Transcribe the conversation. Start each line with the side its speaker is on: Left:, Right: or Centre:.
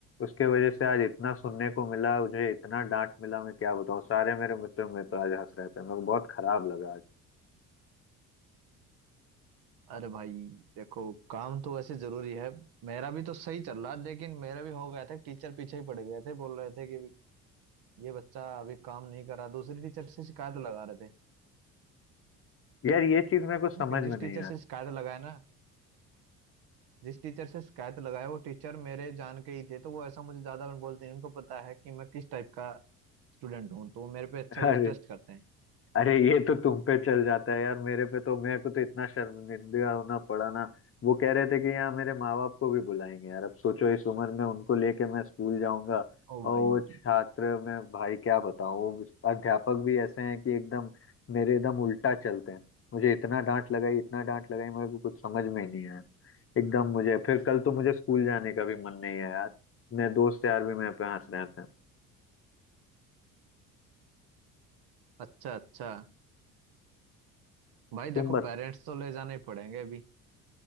Left: उसके वजह से आज इतना सुनने को मिला मुझे इतना डांट मिला मैं क्या बताऊँ सारे मेरे मित्र मेरे पर आज हंस रहे थे मेरे को बहुत खराब लगा आज
Right: अरे भाई देखो काम तो वैसे जरूरी है मेरा भी तो सही चल रहा है लेकिन मेरा भी हो गया था टीचर पीछे ही पड़ गए थे बोल रहे थे कि ये बच्चा अभी काम नहीं कर रहा दूसरी टीचर से शिकायत लगा रहे थे
Left: यार ये चीज मेरे को समझ
Right: लेकिन
Left: में
Right: जिस
Left: नहीं
Right: टीचर से
Left: आती
Right: शिकायत लगाए ना जिस टीचर से शिकायत लगाए वो टीचर मेरे जान के ही थे तो वो ऐसा मुझे ज्यादा बोलते हैं उनको पता है कि मैं किस टाइप का स्टूडेंट हूँ तो वो मेरे पे अच्छा
Left: <laughs> अरे
Right: टेस्ट करते हैं
Left: अरे ये तो तुम पे चल जाता है यार मेरे पे तो मेरे को तो इतना शर्मिंदा होना पड़ा ना वो कह रहे थे कि यहाँ मेरे माँ बाप को भी बुलाएंगे यार अब सोचो इस उम्र में उनको लेके मैं स्कूल जाऊंगा
Right: ओ
Left: और
Right: भाई
Left: वो छात्र मैं भाई क्या बताऊँ वो अध्यापक भी ऐसे हैं कि एकदम मेरे एकदम उल्टा चलते हैं मुझे इतना डांट लगाई इतना डांट लगाई मेरे को कुछ समझ में ही नहीं आया एकदम मुझे फिर कल तो मुझे स्कूल जाने का भी मन नहीं है यार मेरे दोस्त यार भी मेरे पे हंस रहे थे
Right: अच्छा अच्छा भाई देखो
Left: तुम
Right: पेरेंट्स तो ले जाने ही पड़ेंगे अभी